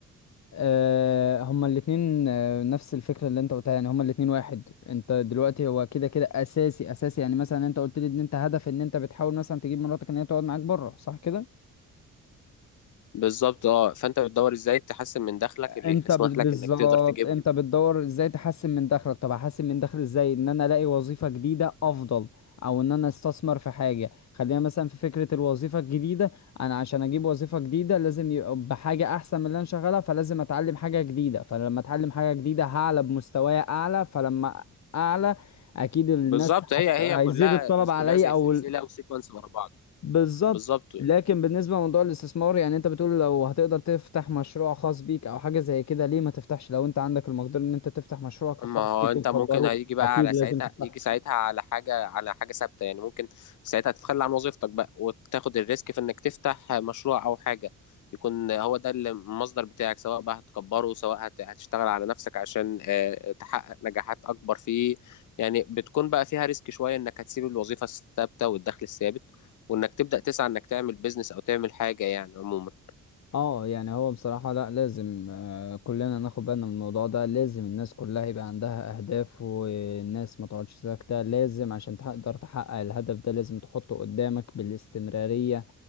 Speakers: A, on the left; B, on the left.
A: آه، هما الاتنين آه، نفس الفكرة اللي انت قلتها يعني هما الاتنين واحد انت دلوقتي هو كده كده اساسي اساسي يعني مثلا انت قلت لي ان انت هدف ان انت بتحاول مثلا تجيب مراتك ان هي تقعد معاك بره صح كده
B: بالظبط اه فانت بتدور ازاي تحسن من دخلك اللي
A: انت
B: يسمح
A: بت- بالظبط
B: لك انك تقدر تجيبه
A: انت بتدور ازاي تحسن من دخلك طب هحسن من دخلي ازاي ان انا الاقي وظيفة جديدة افضل او ان انا استثمر في حاجة خلينا مثلا في فكرة الوظيفة الجديدة انا عشان اجيب وظيفة جديدة لازم يبقى بحاجة احسن من اللي انا شغالها فلازم اتعلم حاجة جديدة فلما اتعلم حاجة جديدة هعلى بمستواي اعلى فلما اعلى اكيد الناس
B: بالظبط هي
A: هت-
B: هي
A: هيزيد
B: كلها
A: الطلب عليا
B: كلها زي
A: او
B: سلسله وسيكونس ورا بعض
A: بالظبط
B: بالظبط
A: لكن بالنسبة لموضوع الاستثمار يعني انت بتقول لو هتقدر تفتح مشروع خاص بيك او حاجة زي كده ليه ما تفتحش لو انت عندك المقدرة ان انت تفتح مشروعك
B: ما
A: الخاص
B: هو
A: بيك
B: انت
A: وتكبره
B: ممكن هيجي بقى
A: اكيد
B: على
A: لازم
B: ساعتها
A: تفتح
B: يجي ساعتها على حاجة على حاجة ثابتة يعني ممكن ساعتها تتخلى عن وظيفتك بقى وتاخد الريسك في انك تفتح مشروع او حاجة يكون هو ده اللي المصدر بتاعك سواء بقى هتكبره سواء هت- هتشتغل على نفسك عشان آه، تحقق نجاحات اكبر فيه يعني بتكون بقى فيها ريسك شوية انك هتسيب الوظيفة الثابتة والدخل الثابت وانك تبدأ تسعى انك تعمل بيزنس او تعمل حاجة يعني عموما
A: اه يعني هو بصراحة لا لازم آه، كلنا ناخد بالنا من الموضوع ده لازم الناس كلها يبقى عندها اهداف والناس ما تقعدش ساكتة لازم عشان تقدر تحقق الهدف ده لازم تحطه قدامك بالاستمرارية